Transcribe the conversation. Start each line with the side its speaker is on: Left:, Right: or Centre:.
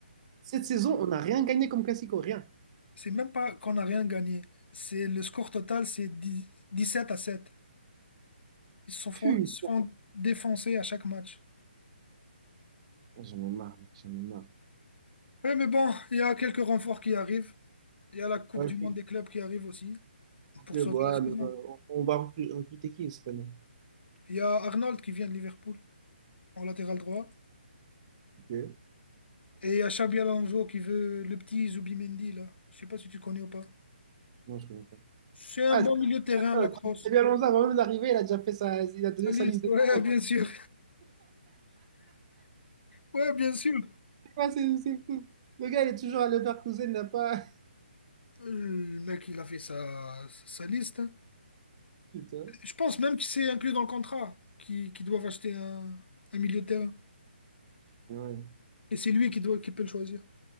Right: Cette saison, on n'a rien gagné comme Classico, rien.
Left: C'est même pas qu'on n'a rien gagné. C'est le score total, c'est 10 17 à 7. Ils se font,
Right: Putain.
Left: ils se font défoncer à chaque match.
Right: Oh, J'en ai marre, mec, j'en ai marre.
Left: Ouais, mais bon, il y a quelques renforts qui arrivent. Il y a la Coupe
Right: Ok,
Left: du Monde des clubs qui arrive aussi
Right: ok,
Left: pour sauver
Right: bon, ouais,
Left: la saison.
Right: mais, euh, on, on va recru- recruter qui cette année?
Left: Il y a Arnold qui vient de Liverpool en latéral droit.
Right: Ok?
Left: Et il y a Xabi Alonso qui veut le petit Zubimendi là. Je sais pas si tu connais ou pas.
Right: Non, je connais pas.
Left: C'est un
Right: Ah,
Left: bon
Right: c'est
Left: milieu de terrain,
Right: attends,
Left: la crosse.
Right: c'est bien Alonso, avant même d'arriver, il a déjà fait sa, il a donné
Left: Salis,
Right: sa liste de
Left: ouais,
Right: commandes.
Left: bien sûr. Ouais, bien sûr.
Right: C'est quoi, c'est c'est fou. Le gars, il est toujours à Leverkusen, il n'a pas. <laughs>
Left: Euh, Le mec, il a fait sa, sa liste. hein.
Right: Putain.
Left: Je pense même que c'est inclus dans le contrat qui- qu'ils doivent acheter un, un milieu de terrain.
Right: Mais ouais,
Left: Et c'est lui qui doit, qui peut le choisir.